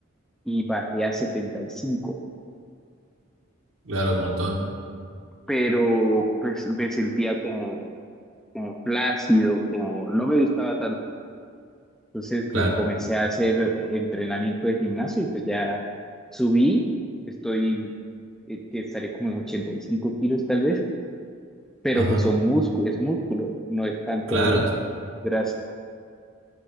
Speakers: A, in the centre; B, on the right.
A: y bajé a setenta y cinco
B: claro, un montón.
A: pero pues me sentía como, como flácido, como no me gustaba tanto Entonces,
B: Claro,
A: pues comencé a hacer entrenamiento de gimnasio y pues ya subí, estoy, eh, que estaré como en 85 kilos tal vez, pero
B: ajá,
A: pues son músculo, es músculo, no es tanto
B: claro, t-
A: grasa.